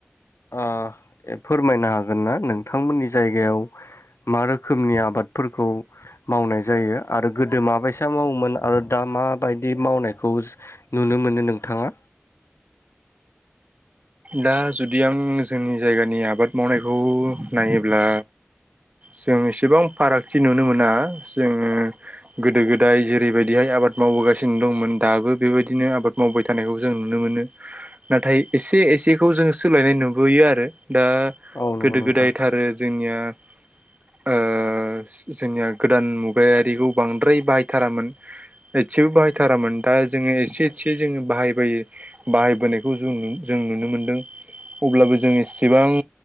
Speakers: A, on the left; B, on the right.
A: आ फोरमायनो हागोन ना नोंथांमोननि जायगायाव मा रोखोमनि आबादफोरखौ मावनाय जायो आरो गोदो माबायसा मावोमोन आरो दा माबायदि मावनायखौ नुन नो मोनो नोंथाङा।
B: दा जुदि आं जोंनि जायगानि आबाद मावनायखौ नायोब्ला जों इसिबां फारागथि नुनो मोना जोङो गोदो गोदाय जेरैबायदिहाय आबाद मावबोगासिनो दं मोन दाबो बे बायदिनो आबाद मावनायखौ जों नुनो मोनो नाथाय एस ए एसेखौ जों सोलायनाय नुबोयो आरो दा
A: औ नंगौ
B: गोदो
A: नोंथां
B: गोदायथारो जोंनिया ओ जोंनिया गोदान मुगायारिखौ बांद्राय बाहायथारामोन एच्सेबो बाहायथारामोन। दा जोङो एसे एसे जोङो बाहायबोयो बाहायबोनायखौ जों जों नुनो मोनदों। अब्लाबो जों एससेबां